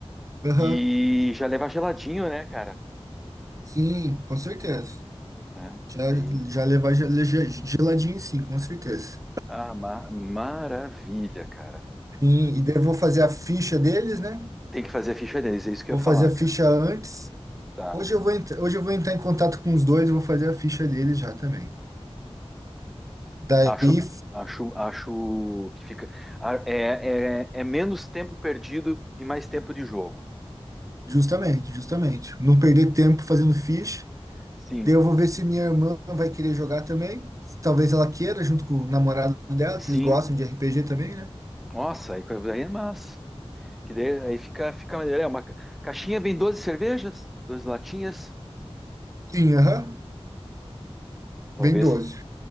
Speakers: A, on the right; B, in the centre.
A: Aham,
B: e já levar geladinho, né, cara?
A: sim, com certeza.
B: Né?
A: Já,
B: Aí
A: já levar gel- ge- geladinho, sim, com certeza.
B: Ah, ma- maravilha, cara.
A: Sim, e daí eu vou fazer a ficha deles, né?
B: Tem que fazer a ficha deles, é isso que
A: Vou
B: eu ia
A: fazer
B: falar,
A: a
B: cara.
A: ficha antes.
B: Tá.
A: Hoje eu vou, entr- hoje eu vou entrar em contato com os dois e vou fazer a ficha deles já também. Daí.
B: Acho, acho, acho que fica. ah, É, é, é menos tempo perdido e mais tempo de jogo.
A: Justamente, justamente. Não perder tempo fazendo ficha.
B: Sim.
A: Daí eu vou ver se minha irmã vai querer jogar também. Talvez ela queira, junto com o namorado dela,
B: Sim.
A: que eles gostam de RPG também, né?
B: Nossa, aí, aí é massa. Que daí, aí fica, fica maneiro. É uma ca- caixinha vem doze cervejas, 12 latinhas,
A: Sim, aham.
B: talvez
A: Vem doze